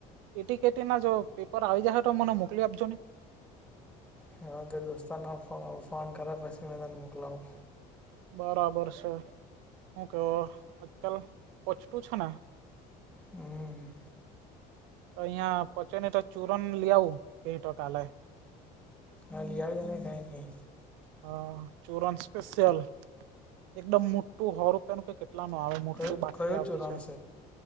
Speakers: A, on the right; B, in the centre.
A: એટી કેટીના જો પેપર આવી જાહે તો મને મોકલી આપજોને.
B: હા તે દોસ્તારને હું ફોન ફોન કરા પછી મે તને મોકલાવું.
A: બરાબર છે. હું કેવ આજકાલ <unintelligible> છે ને?
B: હમ્મ.
A: તો અહિયાં પચેને તો ચૂરન લી આઉ કેય તો કાલે?
B: હા લી આવજે ની કાઈ ની.
A: હ ચૂરન સ્પેશિયલ એકદમ મોટું હો રૂપિયા નું <unintelligible> એટલામાં આવે મોટું
B: કયું
A: બાટલી
B: કયું
A: આવતી
B: ચૂરણ
A: છે.